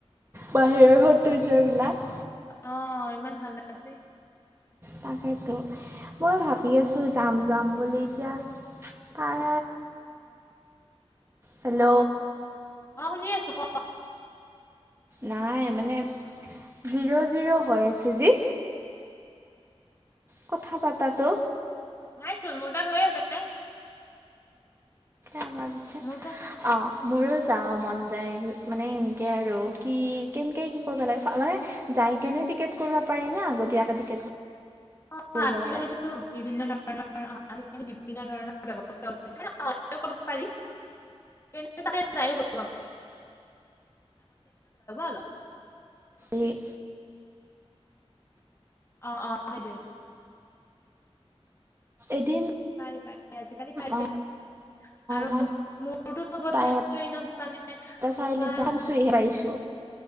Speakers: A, on the right; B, on the left.
A: বাহিৰৰ সন্দৌয্য বিলাক।
B: অ ইমান ভাল লাগছে। <unintelligible>
A: তাকেইতো মই ভাবি আছোঁ যাম যাম বুলি। এতিয়া তাই- হেল্ল'
B: আঁহ অ শুনি আছো ক।
A: নাই মানে জিৰ' জিৰ'- হৈ আছে যি- কথা পাতাটো।
B: নাইচোন মোৰ তাত হৈ আছে।
A: আমাৰ পিছে
B: মোৰ তাত
A: অ মোৰো যাব মন যায়। <unintelligible> মানে এনেকে আৰু কি কেনেকে কি কৰিব লাগে মানে যাই কেনে টিকেট কৰিব পাৰি নে আগতীয়াকে টিকেট- <unintelligible>
B: অ
A: কৰি
B: আজিকালিতো
A: ল'ব লাগে।
B: বিভিন্ন ধৰণৰ অ আজিকালি- বিভিন্ন ধৰণৰ ব্যৱস্থা ওলাইছে পাৰা যায় পাৰি। <unintelligible> আগতিয়াকে যাব লাগিব অলপ।
A: এই-
B: অ অ দে।
A: এদিন
B: পাৰ পাৰে আজিকালি পাৰে
A: অ'
B: চব আৰু
A: মই
B: মোৰতো চবতকে
A: প্ৰায়
B: ট্ৰেইনত মানে
A: সপ্তাহ
B: ক'বাত-
A: চাৰিআলিত যাম চুইহে পাইছোঁ।